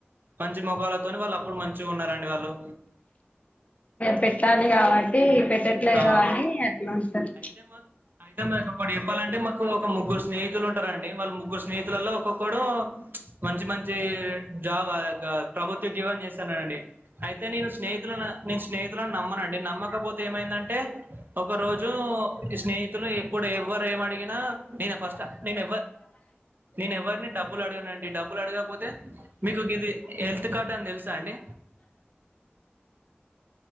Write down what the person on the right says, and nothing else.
మంచి ముఖాలతోని వాళ్ళు అప్పుడు మంచిగా ఉన్నారండి వాళ్ళు
ఆ
అయితే మా అయితే మొడు చెప్పాలంటే మాకు ఒక ముగ్గురు స్నేహితులు ఉంటారండి, వాళ్ళ ముగ్గురు స్నేహితులలో ఒక్కొక్కడు మంచి మంచి జాబ్ ప్రభుత్వ జీవం చేస్తాన్నానండి అయితే నేను స్నేహితులను నేను స్నేహితులను నమ్మనండి నమ్మకపొ ఏమైందంటే ఒక రోజు స్నేహితులు ఎప్పుడు ఎవరు ఎం అడిగినా నేనే ఫస్ట్ నేన్ నేను ఎవరిని డబ్బులు అడగన అండి, డబ్బులు అడగకపోతే మీకు ఇది హెల్త్ కార్డ్ అని తెలుసా అండి